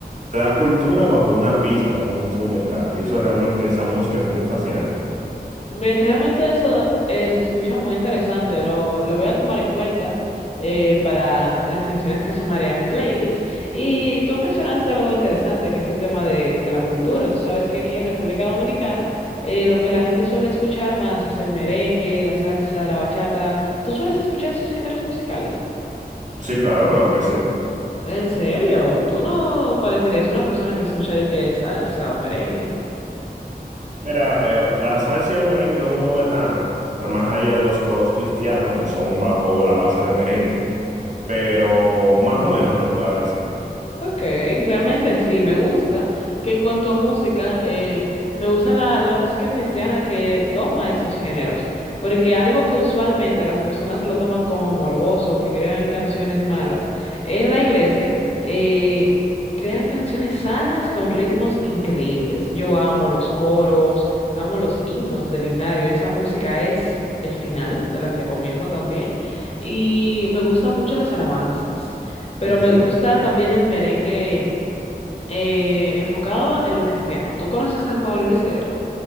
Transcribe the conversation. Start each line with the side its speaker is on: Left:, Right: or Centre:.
Right: te da cultura bajo una pista, bajo un instrumental, y eso es realmente, esa música es muy fascinante.
Left: Bien, realmente eso eh, se escucha muy interesante. Lo, lo voy a tomar en cuenta eh, para las canciones que sumaré a mi playlist. Y tú mencionaste algo interesante, que es el tema de, de la cultura. Tú sabes que aquí en República Dominicana eh, lo que la gente suele escuchar más es el merengue, la salsa, la bachata. ¿Tú sueles escuchar esos géneros musicales?
Right: Sí, claro, claro que sí.
Left: ¿En serio? Tú no parecerías una persona que escucha de que salsa o merengue.
Right: Mira, eh, la salsa y el merengue no me mueve tanto, más allá de los coros cristianos que son bajo la base de merengue, pero más o menos se pueda decir.
Left: Ok, realmente sí, me gusta que en cuanto a música, eh, me gusta la, la música cristiana que toma esos géneros, porque algo que usualmente las personas lo toman como morboso, que crean canciones malas, en la iglesia eh, crean canciones sanas con ritmos increíbles. Yo amo los coros, amo los himnos del himnario, esa música es el final, te las recomiendo también, y me gustan mucho las alabanzas. Pero
Right: Sí,
Left: me
Right: sí.
Left: gusta también el merengue eh, enfocado en lo cristiano. ¿Tú conoces a Juan Luis Guerra?